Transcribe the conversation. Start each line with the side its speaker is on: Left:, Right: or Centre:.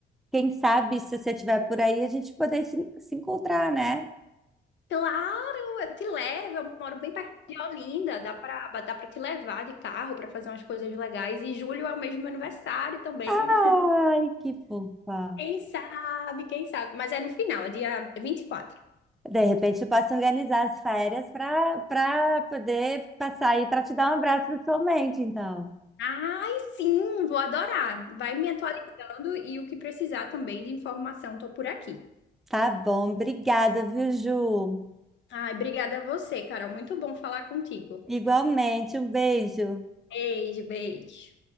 Centre: quem sabe se você estiver por aí a gente poder se, se encontrar, né?
Left: Claro, eu te levo. Eu moro bem perto de Olinda. Dá pra, dá pra te levar de carro pra fazer umas coisas legais. E julho é o mesmo meu aniversário também.
Centre: Ai,
Left: <laughs>
Centre: que fofa.
Left: Quem sabe, quem sabe. Mas é no final, é dia 24.
Centre: De repente eu posso organizar as férias para para poder passar aí para te dar um abraço pessoalmente, então.
Left: Ai, sim, vou adorar. Vai me atualizando e o que precisar também de informação, tô por aqui.
Centre: Tá bom, obrigada, viu, Ju?
Left: Ai, obrigada a você, Carol. Muito bom falar contigo.
Centre: Igualmente, um beijo.
Left: Beijo, beijo.